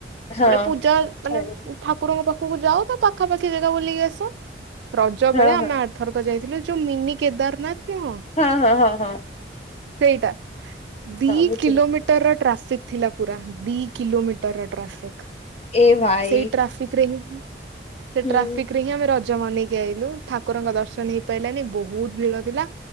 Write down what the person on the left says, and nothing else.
ହଁ
ହଁ ହଁ
ହଁ
ହଁ-ହଁ-ହଁ-ହଁ।
ବୁଝିଲି
ଏ ଭାଇ
ହୁଁ